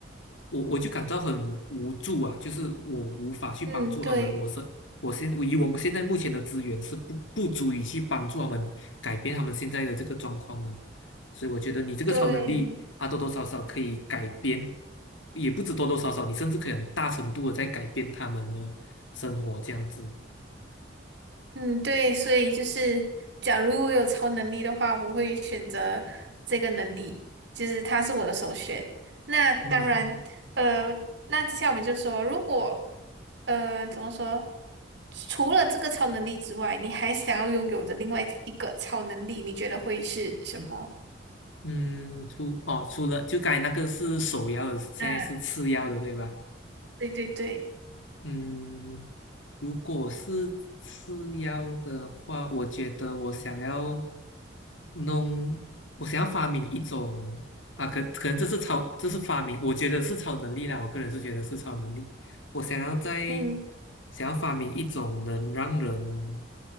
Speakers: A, on the left (about 85°); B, on the right (about 65°).
A: 我我就感到很无助啊，就是我无法去帮助他们，
B: 嗯，对
A: 我是我现我以我们现在目前的资源是不不足以去帮助他们改变他们现在的这个状况的，所以我觉得你这个超能力，
B: 对，
A: 啊多多少少可以改变，也不止多多少少，你甚至可以很大程度的在改变他们的生活这样子。
B: 嗯对，所以就是，假如我有超能力的话，我会选择这个能力，就是它是我的首选。那当然，
A: 嗯
B: 呃，那接下来我们就说，如果呃怎么说，除了这个超能力之外，你还想要拥有的另外一个超能力，你觉得会是什么？
A: 嗯嗯，除哦除了就刚才那个是首要的，现在是次要的，
B: 啊，
A: 对吧？
B: 对对对，
A: 嗯，如果是次要的话，我觉得我想要弄，我想要发明一种啊，可可能这是超，这是发明，我觉得是超能力啦。我个人是觉得是超能力。我想要在
B: 嗯，
A: 想要发明一种能让人